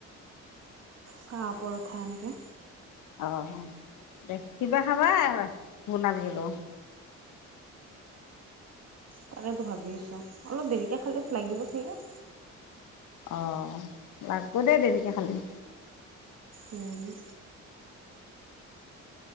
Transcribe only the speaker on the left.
অহ দে কিবা খাবা ভোক নালাগিলো
অ লাগব দেই দেৰিকে খালে